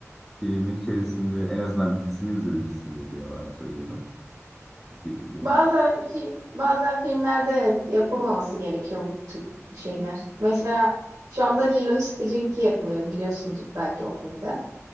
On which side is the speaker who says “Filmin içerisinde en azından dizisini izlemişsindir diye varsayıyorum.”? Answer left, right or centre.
Centre